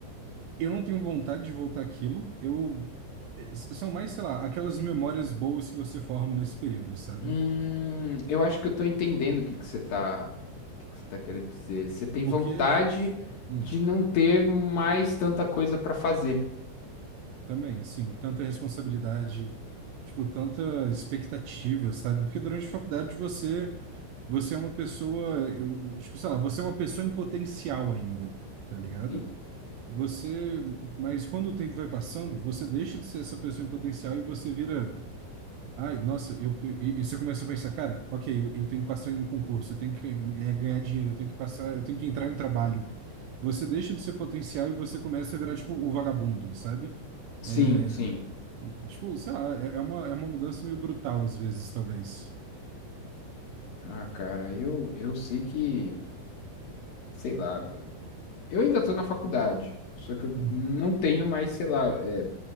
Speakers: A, on the right (about 75°); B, on the left (about 60°).
A: eu não tenho vontade de voltar àquilo, eu... eh, São mais, sei lá, aquelas memórias boas que você forma nesse período, sabe?
B: hum, eu acho que eu tô entendendo o que que você tá, o que que você tá querendo dizer. Você tem
A: Porque
B: vontade
A: a gente... hum,
B: de não ter mais tanta coisa pra fazer.
A: também, sim, tanta responsabilidade, tipo, tanta expectativa, sabe? Porque durante a faculdade você, você é uma pessoa, eu, tipo, sei lá, você é uma pessoa em potencial ainda, tá ligado?
B: Sim.
A: Você... Mas quando o tempo vai passando, você deixa de ser essa pessoa em potencial e você vira Ai, nossa, eu, e, e você começa a pensar, cara, ok, eu, eu tenho que passar em um concurso, eu tenho que eh, ganhar dinheiro, eu tenho que passar, eu tenho que entrar em um trabalho. Você deixa de ser potencial e você começa a virar, tipo, o vagabundo, sabe? É,
B: Sim, sim.
A: Tipo, sei lá, é, é uma, é uma mudança meio brutal às vezes, talvez.
B: Ah, cara, eu, eu sei que, sei lá, eu ainda tô na faculdade, só que eu
A: Uhum.
B: não tenho mais, sei lá, é,